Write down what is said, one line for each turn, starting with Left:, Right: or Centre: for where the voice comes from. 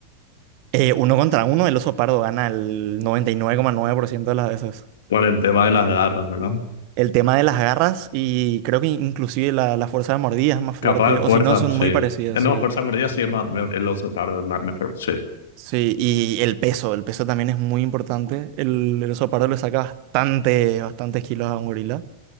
Right: eh, uno contra uno, el oso pardo gana el 99,9% de las veces.
Left: Por el tema de las garras, ¿verdad?
Right: El tema de las garras y creo que inclusive la, la fuerza de mordida es más fuerte,
Left: Capaz en
Right: o
Left: fuerza,
Right: si no, son
Left: sí.
Right: muy parecidas,
Left: Eh, No,
Right: sí.
Left: fuerza mordida sí es más, me- el oso pardo es más mejor, sí.
Right: Sí, y el peso, el peso también es muy importante. El, el oso pardo le saca bastante, bastantes kilos a un gorila.